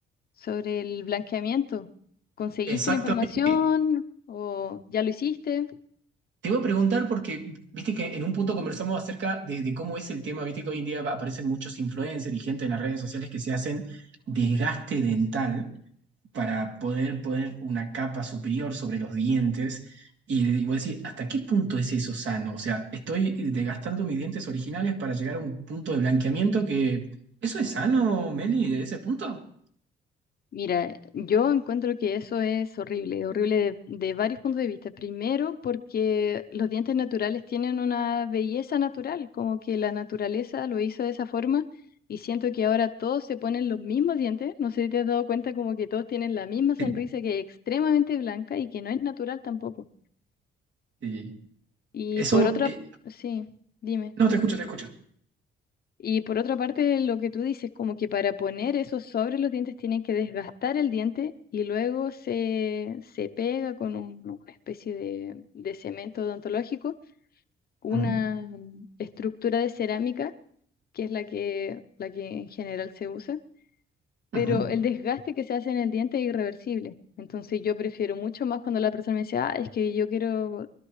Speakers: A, on the left; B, on the right.
A: sobre el blanqueamiento. ¿Conseguiste
B: Exactamente.
A: la información o ya lo hiciste?
B: Te iba a preguntar porque, viste que en un punto conversamos acerca de, de cómo es el tema, viste que hoy en día aparecen muchos influencers y gente en las redes sociales que se hacen desgaste dental para poder poner una capa superior sobre los dientes. Y digo, decir, ¿hasta qué punto es eso sano? O sea, estoy desgastando mis dientes originales para llegar a un punto de blanqueamiento que... ¿Eso es sano, Meli, de ese punto?
A: Mira, yo encuentro que eso es horrible, horrible de, de varios puntos de vista. Primero, porque los dientes naturales tienen una belleza natural, como que la naturaleza lo hizo de esa forma y siento que ahora todos se ponen los mismos dientes. No sé si te has dado cuenta como que todos tienen la misma sonrisa
B: Sí,
A: que es extremadamente blanca y que no es natural tampoco.
B: sí.
A: Y
B: Eso,
A: por otra,
B: eh,
A: sí, dime.
B: no, te escucho, te escucho.
A: Y por otra parte, lo que tú dices, como que para poner eso sobre los dientes tienen que desgastar el diente y luego se, se pega con un- una especie de, de cemento odontológico, una
B: Ujú,
A: mm, estructura de cerámica, que es la que, la que en general se usa, pero
B: ujú,
A: el desgaste que se hace en el diente es irreversible. Entonces yo prefiero mucho más cuando la persona me dice, ah, es que yo quiero